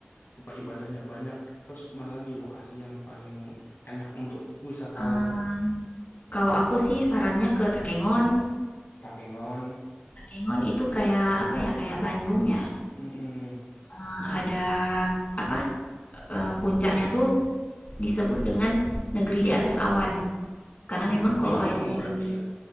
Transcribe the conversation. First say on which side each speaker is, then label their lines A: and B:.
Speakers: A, on the left; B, on the left.
A: tempat ibadahnya banyak, terus mana lagi lokasi yang paling enak untuk wisatawan?
B: Eh, Kalau aku sih sarannya ke Takengon.
A: Takengon,
B: Takengon itu kayak apa ya, kayak Bandung ya.
A: mm
B: Eh, Ada apa? eh, puncaknya tuh disebut dengan negeri di atas awan. Karena
A: Di
B: memang kalau
A: di gunung
B: lagi
A: ya berarti ya.